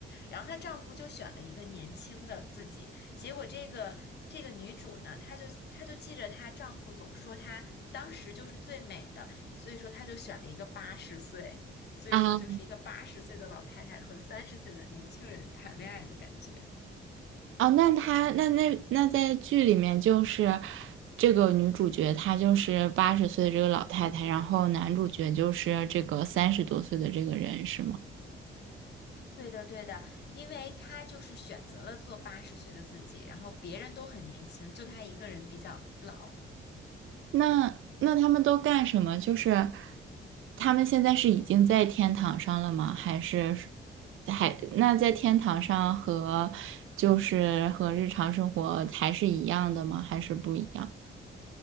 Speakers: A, on the left; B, on the right.
A: 然后她丈夫就选了一个年轻的自己，结果这个这个女主呢，她就她就记着她丈夫总说她当时就是最美的，所以说她就选了一个八十岁，所以说就是一个八十岁的老太太和三十岁的年轻人谈恋爱的感觉。
B: 啊？哦，那她那那那在剧里面就是这个女主角，她就是八十岁的这个老太太，然后男主角就是这个三十多岁的这个人，是吗？
A: 对的，对的，因为她就是选择了做八十岁的自己，然后别人都很年轻，就她一个人比较老。
B: 那那他们都干什么？就是他们现在是已经在天堂上了吗？还是还那在天堂上和就是和日常生活还是一样的吗？还是不一样？